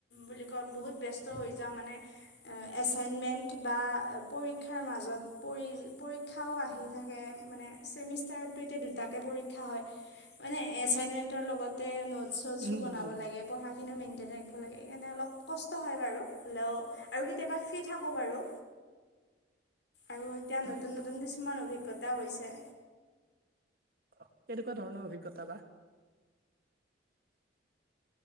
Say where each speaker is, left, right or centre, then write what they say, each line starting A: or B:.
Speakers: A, on the left (about 65°); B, on the right (about 50°).
A: বুলি ক বহুত ব্যস্ত হৈ যাওঁ মানে এছাইনমেণ্ট বা প ৰীক্ষা মাজত পৰীক্ষাও আহি থাকে মানে ছেমিষ্টাৰতটো এতিয়া দুটাকে পৰ ক্ষা হয় মানে এছাইনমেণ্টৰ লগতে নোটছ চ'টছো
B: উম উম
A: বনাব
B: উম উম
A: লাগে। পঢ়াখিনিও মেইনটেইন ৰাখিব লাগে, সেইকাৰণে অলপ কষ্ট হয় বাৰু হ'লেও আৰু কেতিয়াবা ফি থাকো বাৰু। আৰু এতিয়া নতুন
B: তাকেতো
A: - নতুন কিছুমান অভিজ্ঞতা হৈছে।
B: অ, কেনেকুৱা ধৰণৰ অভিজ্ঞতা বা।